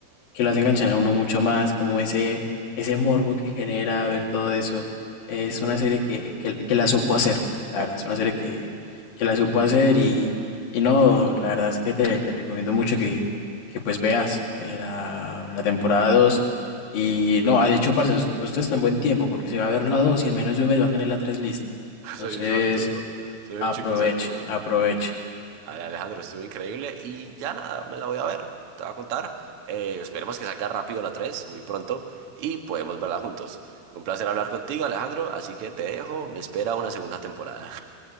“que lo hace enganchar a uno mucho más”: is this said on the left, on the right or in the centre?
Left